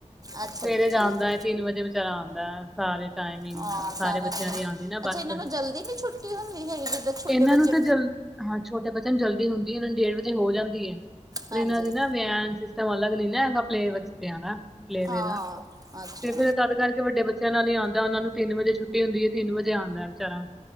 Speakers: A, on the right (about 30°); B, in the centre.
A: ਅੱਛਾ
B: ਸਵੇਰੇ
A: ਜੀ
B: ਜਾਣ
A: ਠੀਕ
B: ਦਾ ਹੈ ਤਿੰਨ ਵਜੇ ਵਿਚਾਰਾ ਆਂਦਾ ਹੈ ਸਾਰੇ ਟਾਈਮਿੰਗ
A: ਹਾਂ
B: ਨਾਲ
A: ਸਾਰਾ
B: ਸਾਰੇ ਬੱਚਿਆਂ
A: ਦਿਨ
B: ਦੇ ਆਉਂਦੇ ਨਾ
A: ਅੱਛਾ
B: ਬਸ
A: ਇਹਨਾਂ ਨੂੰ ਜਲਦੀ ਨੀ ਛੁੱਟੀ ਹੁੰਦੀ ਹੈਗੀ ਜਿੱਦਾਂ ਛੋਟੇ
B: ਇਹਨਾਂ
A: ਬੱਚੇ
B: ਨੂੰ ਤੇ ਜਲ ਹਾਂ ਛੋਟੇ ਬੱਚਿਆਂ ਨੂੰ ਜਲਦੀ ਹੁੰਦੀ ਇਹਨਾਂ ਨੂੰ ਡੇਢ ਵਜੇ ਹੋ ਜਾਂਦੀ ਹੈ ਪਰ
A: ਹਾਂਜੀ
B: ਇਹਨਾਂ ਦੀ ਨਾ ਮ ਅਲੱਗ ਨ ਨਾ ਹੈਗਾ ਪਲੇ ਵੇ ਆ ਨਾ ਪਲੇਵੇ
A: ਹਾਂ
B: ਦਾ
A: ਅੱਛਾ
B: ਤੇ ਫਿਰ ਤਡ ਕਰਕੇ ਵੱਡੇ ਬੱਚਿਆਂ ਨਾਲ ਹੀ ਆਉਂਦਾ ਉਹਨਾਂ ਨੂੰ ਤਿੰਨ ਵਜੇ ਛੁੱਟੀ ਹੋਂਦੀ ਹੈ ਤਿੰਨ ਵਜੇ ਆਉਦਾ ਵਿਚਾਰਾ